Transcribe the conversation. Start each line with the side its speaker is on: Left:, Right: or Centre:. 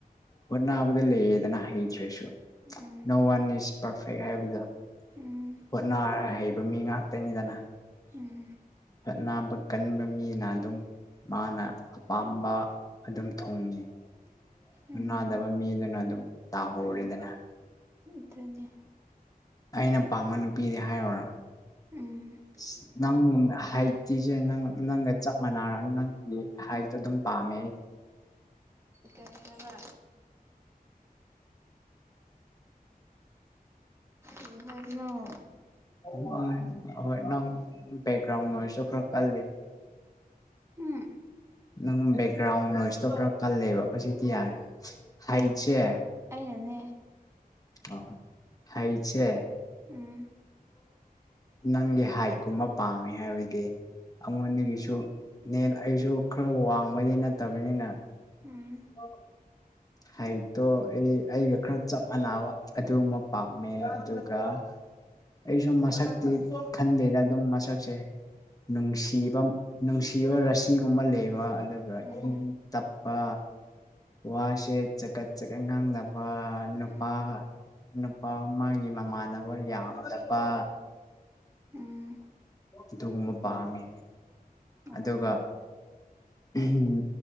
Left: ꯍꯣꯠꯅꯕꯗ ꯂꯩꯌꯦꯗꯅ ꯍꯩꯇ꯭ꯔꯦꯁꯨ
Right: um
Left: no one is perfect ꯍꯥꯏꯕꯗꯣ
Right: ꯎꯝ
Left: ꯍꯣꯠꯅꯔ ꯍꯩꯕ ꯃꯤ ꯉꯥꯛꯇꯅꯤꯗꯅ
Right: ꯎꯝ
Left: ꯍꯣꯠꯅꯕꯥ ꯀꯟꯕ ꯃꯤꯅ ꯑꯗꯨꯝ ꯃꯥꯅ ꯑꯄꯥꯝꯕ ꯑꯗꯨꯝ ꯊꯨꯡꯉꯤ
Right: ꯎꯝ
Left: ꯍꯣꯠꯅꯥꯗꯕ ꯃꯤꯗꯨꯅ ꯑꯗꯨꯝ ꯇꯥꯍꯧꯔꯦꯗꯅ
Right: ꯎꯝ ꯑꯗꯨꯅꯤ
Left: ꯑꯩꯅ ꯄꯥꯝꯕ ꯅꯨꯄꯤꯗꯤ ꯍꯥꯏꯔꯨꯔꯥ
Right: ꯎꯝ
Left: ꯏꯁ ꯅꯪ ꯍꯥꯏꯠꯇꯤꯁꯦ ꯅꯪ ꯅꯪꯒ ꯆꯞ ꯃꯥꯟꯅꯔ ꯅꯪꯒꯤ ꯍꯥꯏꯠꯇꯣ ꯑꯗꯨꯝ ꯄꯥꯝꯃꯦ ꯑꯩꯗꯤ
Right: ꯀꯩ ꯍꯥꯏꯕꯥ ꯀꯔꯤ ꯍꯥꯏꯕꯅꯣ
Left: ꯎꯝ ꯍꯣꯏ ꯅꯪ ꯕꯦꯛꯒ꯭ꯔꯥꯎꯟ ꯑꯣꯏꯔꯁꯨ ꯈꯔ ꯀꯜꯂꯤ
Right: ꯎꯝ
Left: ꯅꯪ ꯕꯦꯛꯒ꯭ꯔꯥꯎꯟ ꯅꯣꯏꯁꯇꯣ ꯈꯔ ꯀꯜꯂꯦꯕ ꯍꯧꯖꯤꯛꯇꯤ ꯌꯥꯔꯦ ꯍꯥꯏꯠꯁꯦ
Right: ꯑꯩꯅꯅꯦ
Left: ꯑꯣ ꯍꯥꯏꯠꯁꯦ
Right: ꯎꯝ
Left: ꯅꯪꯒꯤ ꯍꯥꯏꯠꯀꯨꯝꯕ ꯄꯥꯝꯃꯦ ꯍꯥꯏꯕꯗꯤ ꯑꯩꯉꯣꯟꯗꯒꯤꯁꯨ ꯅꯦ ꯑꯩꯁꯨ ꯈꯔ ꯋꯥꯡꯕꯗꯤ ꯅꯠꯇꯕꯅꯤꯅ
Right: ꯎꯝ
Left: ꯑ ꯍꯥꯏꯠꯇꯣ ꯑꯩ ꯑꯩꯒ ꯈꯔ ꯆꯞ ꯃꯥꯟꯅꯕ ꯑꯗꯨꯕ ꯄꯥꯝꯃꯦ ꯑꯗꯨꯒ ꯑꯩꯁꯨ ꯃꯁꯛꯇꯤ ꯈꯟꯗꯦꯗ ꯑꯗꯨꯝ ꯃꯁꯛꯁꯦ ꯅꯨꯡꯁꯤꯕ ꯅꯨꯡꯁꯤꯕ ꯔꯥꯁꯤꯒꯨꯝꯕ ꯂꯩꯕ ꯑꯗꯨꯒ
Right: ꯎꯝ
Left: ꯏꯪ ꯇꯞꯄ ꯋꯥꯁꯦ ꯆꯒꯠ ꯆꯒꯠ ꯉꯥꯡꯗꯕ
Right: ꯎꯝ
Left: ꯅꯨꯄꯥ
Right: ꯎꯝ
Left: ꯅꯨꯄꯥꯃꯒꯤ ꯃꯃꯥꯟꯅꯕ ꯌꯥꯝ ꯇꯕ
Right: ꯎꯝ
Left: ꯑꯗꯨꯒꯨꯝꯕ ꯄꯥꯝꯃꯦ
Right: ꯑꯣ
Left: ꯑꯗꯨꯒ ꯎꯝ